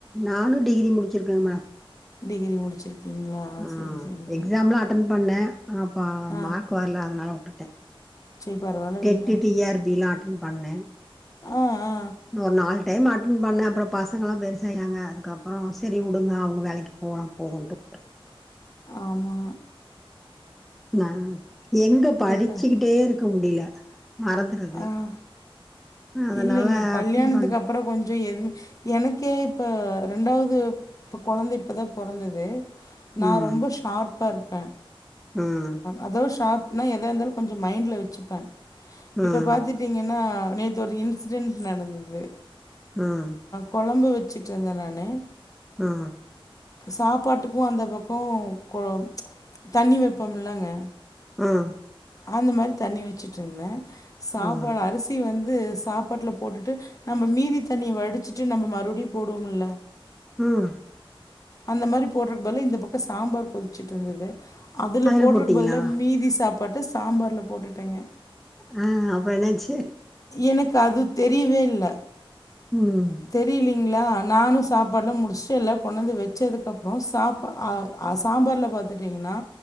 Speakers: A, in the centre; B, on the left.
A: நானு டிகிரி முடிச்சிருக்க மேடா
B: டிகிரி முடிச்சிருக்கீங்களா
A: ஆ
B: சரி சரிங்க
A: எக்ஸாம்லா அட்டன் பண்ண ஆ பா
B: ஆ
A: மார்க் போர்ல அதனால உட்டுட்ட
B: சரி பரவால்ல விடுங்க
A: டெட்டு டிஆர்பிலா அட்டன் பண்ண
B: ஆ ஆ
A: இன்னொ ஒரு நாலு டைம் அட்டன் பண்ணே அப்புறம் பசங்கள்லா பெருசாயிறாங்க அதுக்கப்புறம் சரி விடுங்க அவங்க வேலைக்கு போன போதும்ட்டு
B: ஆமா
A: நா எங்க படிச்சுக்கிட்டே
B: க
A: இருக்க முடியல மறந்துடுது
B: ஆ
A: அதநால
B: இல்லைங்க கல்யாணத்துக்கு
A: அட்டென்ட் பண்ணி
B: அப்புறம் கொஞ்ச எதுவுமே எனக்கே இப்ப ரெண்டாவது இப்ப குழந்த இப்பதா பொறந்து நா
A: ம்
B: ரொம்ப ஷார்ப்பா இருப்பே
A: ம்
B: அதோ ஷாரப்னா எதாத இருந்தாலும் கொஞ்சம் மைண்டி வச்சுப்பே
A: ம்
B: இப்போ பார்த்துட்டீங்கன்னா நே இது ஒரு இன்சிடென் நடந்தது
A: ம்
B: குழம்பு வச்சுட்டு இருந்தே நானே
A: ம்
B: சாப்பாட்டுக்கும் அந்த பக்கம் கொ தண்ணி வெப்பம் இல்லங்க
A: ம்
B: அந்த மாதிரி தண்ணி வச்சுட்டுருந்தே சாப்பாடு
A: ம்
B: அரிசி வந்து சாப்பாட்டல்ல போட்டுட்டு நம்ம மீதி தண்ணிய வடிச்சுட்டு நம்ம மறுபடியும் போடுவோம்ல
A: ம்
B: அந்த மாதிரி போடுறதுக்கு பதிலா இந்த பக்கம் சாம்பார் கொதிச்சிட்டு இருந்தது அதில்
A: அதுல
B: போட்டறக்கு
A: போட்டீங்களா
B: பதில் மீதி சாப்பாட்டு சாம்பாரல்ல போட்டுட்டேங்க
A: ஆ அப்பற என்னாச்சு
B: எனக்கு அது தெரியவே இல்ல
A: உம்
B: தெரிலிங்களா நானு சாப்பாடுலா முடிச்சுட்டு எல்லா கொண்டாந்து வெச்சதுக்கப்புறம் சாப் ஆ சாம்பார்ல்ல பார்த்துட்டிங்கன்னா